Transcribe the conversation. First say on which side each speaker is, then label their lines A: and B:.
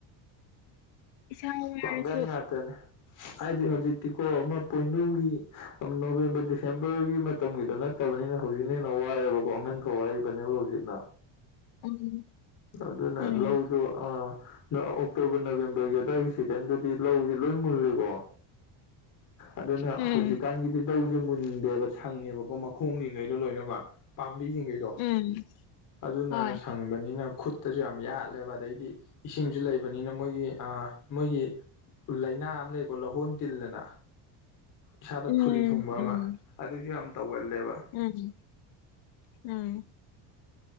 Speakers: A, on the left; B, on the left.
A: ꯏꯁꯥ ꯋꯥꯔꯁꯨ
B: ꯄꯪꯒꯟ ꯉꯥꯇꯅꯦ ꯍꯥꯏꯗꯤ ꯍꯧꯖꯤꯛꯇꯤꯀꯣ ꯑꯃ ꯄꯣꯏꯅꯨꯒꯤ ꯅꯣꯕꯦꯝꯕꯔ ꯗꯤꯁꯦꯝꯕꯔꯒꯤ ꯃꯇꯝꯒꯤꯗꯣ ꯅꯠ ꯇꯕꯅꯤꯅ ꯍꯧꯖꯤꯛꯅ ꯍꯦꯟꯅ ꯋꯥꯏꯑꯦꯕꯀꯣ ꯑꯉꯟ ꯐꯧ ꯋꯥꯏꯔꯤꯕꯅꯦꯕ ꯍꯧꯖꯤꯛꯅ
A: ꯎꯝ
B: ꯑꯗꯨꯅ
A: ꯎꯝ
B: ꯂꯧꯗꯣ ꯑꯥ ꯑꯣꯛꯇꯣꯕꯔ ꯅꯕꯦꯝꯕꯔꯒꯤ ꯑꯗꯥꯏꯒꯤ ꯁꯤꯖꯟꯗꯗꯤ ꯂꯧꯖꯦ ꯂꯣꯏ ꯃꯨꯜꯂꯤꯀꯣ ꯑꯗꯨꯅ
A: ꯎꯝ
B: ꯍꯧꯖꯤꯛꯀꯥꯟꯒꯤꯗꯤ ꯂꯧꯖꯦ ꯃꯨꯟꯗꯦꯕ ꯁꯪꯉꯦꯕꯀꯣ ꯃꯈꯣꯡꯖꯤꯡꯉꯩꯗꯣ ꯂꯣꯏꯅꯃꯛ ꯄꯥꯝꯕꯤꯖꯤꯡꯒꯩꯗꯣ
A: ꯎꯝ
B: ꯑꯗꯨꯅ
A: ꯍꯣꯏ
B: ꯁꯪꯕꯅꯤꯅ ꯈꯨꯠꯇꯖꯨ ꯌꯥꯝ ꯌꯥꯠꯂꯦꯕ ꯑꯗꯩꯗꯤ ꯏꯁꯤꯡꯖꯨ ꯂꯩꯕꯅꯤꯅ ꯃꯣꯏꯒꯤ ꯑꯥ ꯃꯣꯏꯒꯤ ꯂꯩꯅꯥ ꯑꯃ ꯂꯩꯀꯣ ꯂꯧꯍꯣꯟ ꯇꯤꯜ ꯑꯅ ꯏꯁꯥꯗ
A: ꯎꯝ
B: ꯐꯨꯔꯤ ꯊꯨꯡꯕ
A: ꯎꯝ
B: ꯑꯃ ꯑꯗꯨꯖꯨ ꯌꯥꯝ ꯇꯧꯒꯜꯂꯦꯕ
A: ꯎꯝ ꯎꯝ